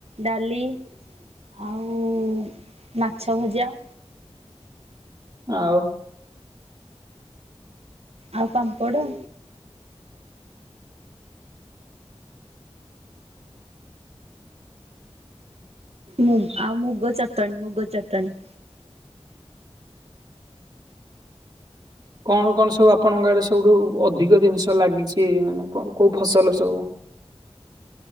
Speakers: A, on the right; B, on the right.
A: ଡାଲି। ଆଉ ମାଛ ଭଜା।
B: ଆଉ?
A: ଆଉ ପାମ୍ପଡ। ମୁଗ ଆଉ ମୁଗ ଚାଟଣି ମୁଗ ଚଟଣି
B: କଣ କଣ ସବୁ ଆପଣଙ୍କ ଆଡେ ସବୁଠୁ ଅଧିକ ଜିନିଷ ଲାଗିଚି ମାନେ କଣ କୋଉ ଫସଲ ସବୁ?